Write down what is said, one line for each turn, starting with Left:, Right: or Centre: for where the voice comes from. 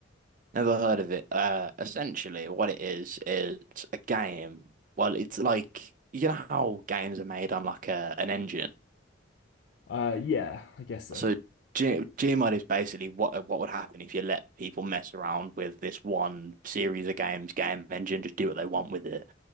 Right: Never heard of it. Uh, essentially, what it is is it's a game. Well, it's like you know how games are made on like a an engine.
Left: uh yeah i guess so
Right: So G Gmod is basically what what would happen if you let people mess around with this one series of games, game engine, just do what they want with it.